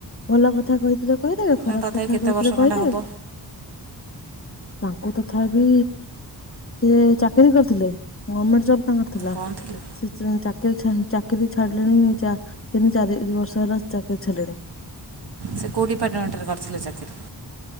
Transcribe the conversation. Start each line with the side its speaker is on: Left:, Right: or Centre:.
Left: ଭଲ କଥା କହିଥିଲେ କହିଦେବେ ଖରାପ
Right: ନା ତଥାପି
Left: କଥା
Right: କେତେ
Left: କହିଥିଲେ
Right: ବର୍ଷ ଖଣ୍ଡେ
Left: କହିଦେବେ।
Right: ହେବ
Left: ତାଙ୍କୁ ତଥାପି ସେ ଚାକିରି କରିଥିଲେ ଗମେଣ୍ଟ ଜବ୍‌ ତାଙ୍କର କରିଥିଲା
Right: କ'ଣ ଥିଲୁ
Left: ସେ ଚ୍-ଚାକ୍ କିର୍ ଛନ୍ ଚାକିରୀ ଛାଡିଲେଣି ଚା ତିନି ଚାରି ବର୍ଷ ହେଲା ଚାକିରୀ ଛାଡ଼ିଲେଣି।
Right: ସେ କୋଉ ଡିପାର୍ଟମେଣ୍ଟରେ କରିଥିଲେ ଚାକିରି?